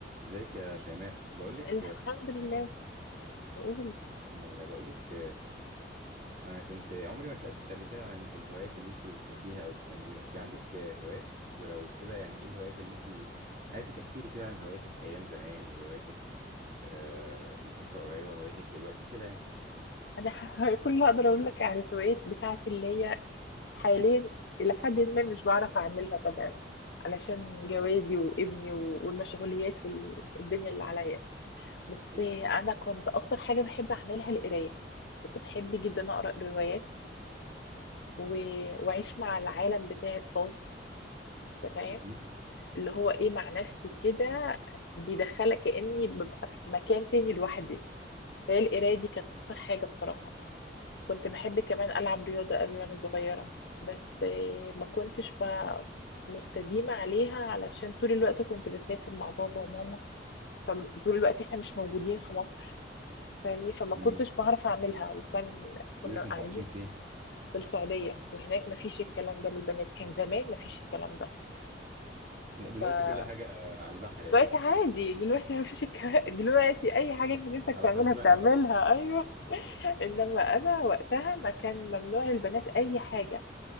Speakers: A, on the right (about 50°); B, on the left (about 75°).
A: ازيك يا شيماء بقول لك
B: الحمد لله قول
A: الحمد لله بقول لك انا كنت عمري ما سألتك قبل كده عن الهوايات اللي انت بتحبيها او بتعمليها انت عندك آه، هوايات ولو كده يعني ايه الهوايات اللي انت عايزك احكي لي كده عن هواياتك ايام زمان وهواياتك آه، من فترة قريبة وهواياتك دلوقتي كده يعني
B: انا ه- كل اللي اقدر اقول لك على الهوايات بتاعتي اللي هي حاليا الى حد ما مش بعرف اعملها طبعا علشان
A: مهم.
B: جوازي وابني و- والمشغوليات والدنيا اللي عليا بس
A: ايوه ايوه
B: انا كنت اكتر حاجه بحب اعملها القرايه كنت بحب جدا اقرا روايات و... واعيش مع العالم بتاعي الخاص أنت فاهم
A: مهم.
B: اللي هو ايه مع نفسي كده بيدخلك كاني ببقى في مكان تاني لوحدي فهي القرايه دي كانت اكتر حاجه بصراحه كنت بحب كمان ألعب رياضة قوي وأنا صغيرة بس آه، ما كنتش بقى مستديمة عليها علشان طول الوقت كنت بسافر مع بابا وماما فطول الوقت احنا مش موجودين في مصر فاهمني فما
A: مم.
B: كنتش بعرف أعملها وكان كنا
A: ليه كنتوا
B: قاعدين
A: عايشين فين
B: في السعودية وهناك ما فيش الكلام ده للبنات كان زمان ما فيش الكلام ده
A: لا دلوقتي
B: فدلوقتي
A: كل حاجة آه، على البحر اكيد
B: عادي دلوقتي ما فيش الكلام <laughs> دلوقتي أي حاجة أنت نفسك
A: على
B: تعملها
A: حظنا
B: بتعملها
A: بقى
B: أيوه إنما أنا وقتها ما كان ممنوع للبنات أي حاجة